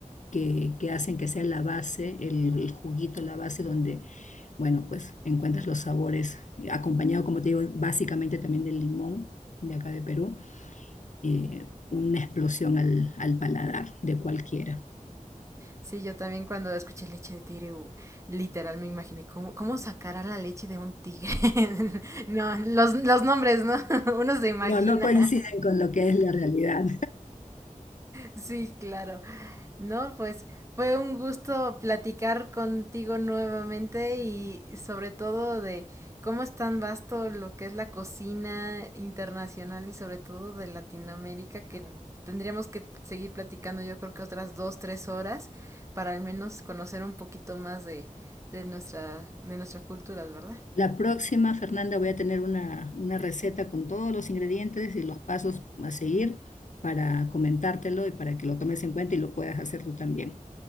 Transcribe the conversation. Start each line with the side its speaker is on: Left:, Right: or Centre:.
Left: que, que hacen que sea la base, el, el juguito, la base donde, bueno, pues encuentras los sabores, eh, acompañado, como te digo, básicamente también del limón de acá de Perú, eh, una explosión al, al paladar de cualquiera.
Right: Sí, yo también cuando escuché leche de tigre, u- literal me imaginé cómo, cómo sacará la leche de un tigre. <laughs> No, los, los nombres, ¿no? <laughs> Uno se imagina.
Left: No, no coinciden con lo que es la realidad.
Right: Sí, claro. No, pues fue un gusto platicar contigo nuevamente y sobre todo de cómo es tan vasto lo que es la cocina internacional y sobre todo de Latinoamérica que tendríamos que seguir platicando yo creo que otras dos, tres horas para al menos conocer un poquito más de, de nuestra, de nuestras culturas, ¿verdad?
Left: La próxima, Fernanda, voy a tener una, una receta con todos los ingredientes y los pasos a seguir para comentártelo y para que lo tomes en cuenta y lo puedas hacer tú también.